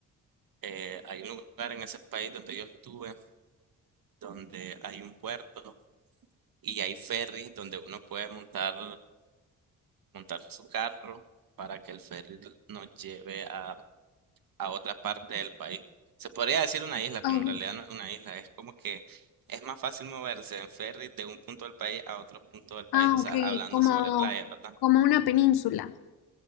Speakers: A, on the right; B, on the left.
A: eh, hay un lugar en ese país donde yo estuve, donde hay un puerto y hay ferries donde uno puede montar, montar su carro para que el ferry nos lleve a, a otra parte del país. Se podría decir una isla, pero
B: Ok.
A: en realidad no es una isla, es como que es más fácil moverse en ferry de un punto del país a otro punto del país,
B: Ah,
A: o sea,
B: ok,
A: hablando
B: como,
A: sobre playa, ¿verdad?
B: como una península.